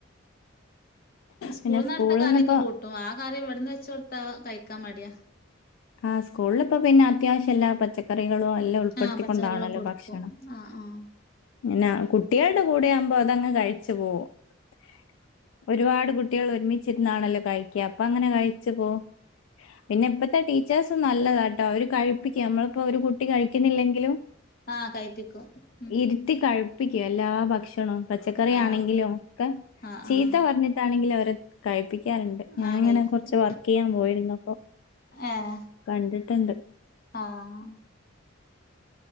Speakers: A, on the left; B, on the left.
A: സ്കൂൾന്ന്‌
B: പിന്നെ സ്കൂളിൽ
A: അവിടുത്തെ കറിഒക്കെ
B: നിന്നിപ്പോ
A: കൂട്ടും ആ കറി ഇവിടുന്ന് വെച്ച് കൊടുത്ത കഴിക്കാൻ മടിയാ.
B: ആ സ്കൂളിലിപ്പോ പിന്നെ അത്യാവശ്യം എല്ലാ പച്ചക്കറികളും എല്ലാം ഉൾപ്പെടുത്തിക്കൊണ്ടാണല്ലോ
A: ആഹ് പച്ചക്കറികളും കൊടുക്കും
B: ഭക്ഷണം.
A: ആഹ് ആഹ്
B: ഇങ്ങനാ കുട്ടികളുടെ കൂടെയാവുമ്പോ അതങ്ങ് കഴിച്ചു പോകും. <inaudible> ഒരുപാട് കുട്ടികൾ ഒരുമി ച്ചിരുന്നാണല്ലോ കഴിക്ക അപ്പ അങ്ങനെ കഴിച്ചു പോവും പിന്നെപ്പത്തെ ടീ വ്യത്യാസം നല്ലതാട്ടോ അവര് കഴിപ്പിക്കും നമ്മളിപ്പോ ഒരു കുട്ടി കഴിക്കുന്നില്ലെങ്കിലും
A: ആഹ് കഴിച്ചു പോവും
B: ഇരുത്തി കഴിപ്പിക്കൂം എല്ലാ ഭക്ഷ ഭ <unintelligible> പച്ചക്കറി <unintelligible>
A: ആഹ്
B: ആണെങ്കിലും ഒക്കെ
A: ആഹ്
B: ചീത്ത
A: ആഹ്
B: പറഞ്ഞിട്ടാണെങ്കിലും അവരെ കഴിപ്പിക്ക <unintelligible> ണ്ട് ഞാനിങ്ങനെ
A: ആഹ് കഴിപ്പിക്കും ഉം ആഹ് ആഹ് ആഹ് ആഹ് കഴിപ്പിക്കും
B: കൊർച്ച് വർക്ക് ചെയ്യാൻ പോയിരുന്നപ്പൊ
A: ഏഹ്
B: കണ്ടിട്ടിണ്ട്
A: ആഹ്